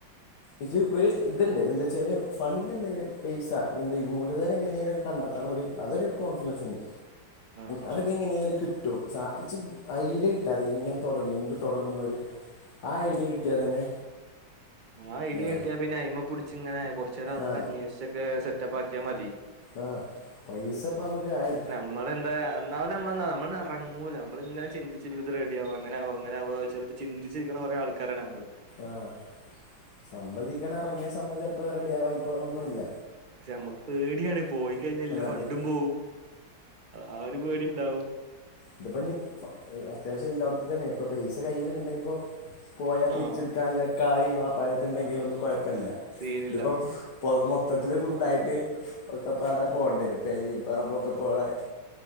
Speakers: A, on the left; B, on the right.
A: ഇജ് ഒര് ത്ണ്ട് എന്താച്ചാൽ ഫണ്ട് എന്തെങ്കിലും പൈസ എന്ത് മൂലധനം എങ്ങനെലൊക്കെ കണ്ടെത്താൻ ള്ള ഒര് അതൊരു കോൺഫിണസ് ണ്ട്
B: ആഹ്
A: അതൊക്കെ എങ്ങനെലും കിട്ടും സാ, ച്ച് ഐഡിയ കിട്ടാത്തെ എങ്ങനെ തൊടങ്ങും എന്ത്‌ തൊടങ്ങുന്നൊര് ആ ഐഡിയ കിട്ടിയാ തന്നെ
B: ആഹ് ഐഡിയ
A: ആ
B: കിട്ടിയാ പിന്നെ അയ്മ്മെ പുട്ച്ച് ഇങ്ങനെ കൊറ്ച്ചെരം അതൊക്കന്വേഷിച്ച
A: ആ
B: ക്കെ സെറ്റപ്പാക്കിയാ മതി
A: ആഹ് പൈസ ഇപ്പ നമ്മക്ക് ആയ്
B: മ്മളെന്താ എന്നാമതെമ്മളെന്താന്നൊ മ്മളെറങ്ങൂല നമ്മള്ങ്ങനെ ചിന്തിച് ചിഞ്ത് റെഡി ആവോ അങ്ങനാവോ ങ്ങനാവോ ചെല് പ്പം ചിന്തിച്ചിരിക്ക്ണ കൊറേ ആൾക്കാരാണ് നമ്മള്
A: ആഹ് സംവദീക്കണിറങ്ങിയ സംഭവം ചെലപ്പം റെഡിയാവായിക്കോളണന്നുല്ല
B: ആഹ് പക്ഷെ നമ്മക്ക് പേടിയാണ് പോയിക്കഴിഞ്ഞാ എല്ല ഫണ്ടും
A: അതെ
B: പോവും ആഹ് ഒരു പേടി ഇണ്ടാവും
A: ഇതിപ്പോ ഇഞ് ഇപ് ഫ അത്യാവശ്യല്ലോട്തെന്നെ ഇപ്പ പൈസ കയ്യില്ണ്ടെങ്കി പ്പോ പോയാ തിരിച്ചെടുക്കാനുള്ള
B: ആഹ്
A: കായി വാപയിതുണ്ടെങ്കിലൊന്നും
B: ആഹ്
A: കൊയപ്പില്ല.
B: സീനില്ല
A: ഇതിപ്പോ ഇപ്പൊ മൊത്തത്തില് കുണ്ടായിട്ട് ഒക്കെപ്പാടെ
B: ആഹ്
A: പോണ്ടെരും പെരിം പറമ്പൊക്കെപാടെ